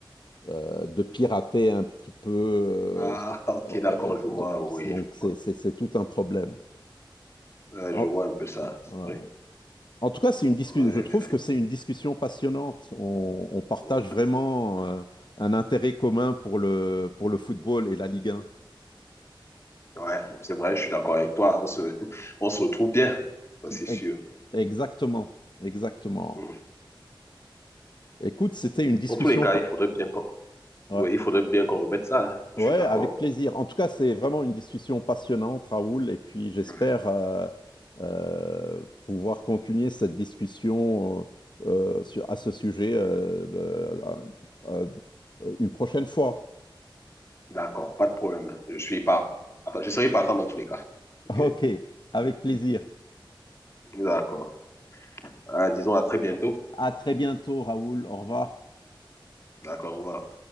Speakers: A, on the left; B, on the left.
A: euh, de pirater un petit peu. euh,
B: Ah, ok,
A: euh,
B: d'accord, je
A: donc,
B: vois, oui,
A: donc
B: je
A: c'est,
B: vois.
A: c'est- c'est tout un problème.
B: Ouais,
A: En,
B: je vois un peu ça, c'est
A: euh,
B: vrai.
A: en tout cas, c'est une discussion.
B: Ouais,
A: Je trouve
B: ouais,
A: que c'est une discussion passionnante. On, on partage
B: ouais.
A: vraiment euh, un intérêt commun pour le, pour le football et la Ligue 1.
B: Ouais, c'est vrai, je suis d'accord avec toi. hein, On se, <laughs> on se retrouve bien, ça c'est sûr.
A: E- Exactement, exactement.
B: Mm.
A: Écoute, c'était une discussion.
B: En tous les cas,
A: pa-
B: il faudrait bien qu'on
A: Ouais.
B: Oui, il faudrait bien qu'on remette ça. hein. Je
A: Ouais,
B: suis d'accord.
A: avec plaisir. En tout cas, c'est vraiment une discussion passionnante, Raoul, et puis j'espère
B: Ouais.
A: euh, euh, pouvoir continuer cette discussion euh, euh, sur- à ce sujet euh, de- euh, euh, une prochaine fois.
B: D'accord, pas de problème. Je suis pas, je serai partant dans tous les cas.
A: <laughs>
B: OK?
A: Ok, avec plaisir.
B: D'accord. Ah, disons à très bientôt.
A: À très bientôt, Raoul. Au revoir.
B: D'accord, au revoir.